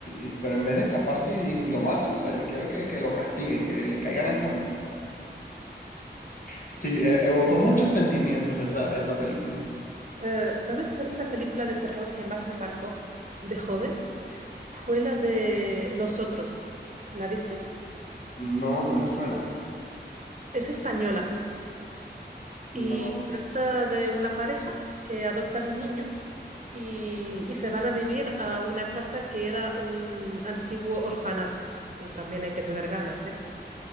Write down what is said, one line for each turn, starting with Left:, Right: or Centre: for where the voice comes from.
Left: y- pero en vez de escaparse y, y si lo matan, o sea, yo quiero que, que lo castiguen, que le caigan a con... Sí, e- evocó muchos sentimientos esa, esa película.
Right: Eh, ¿sabes cuál es la película de terror que más me marcó de joven? Fue la de Los Otros. ¿La viste?
Left: No, no me suena.
Right: Es española y
Left: No,
Right: trata de una pareja que adoptan un niño y, y se van a vivir a una casa que era un antiguo orfanato, que también hay que tener ganas, ¿eh?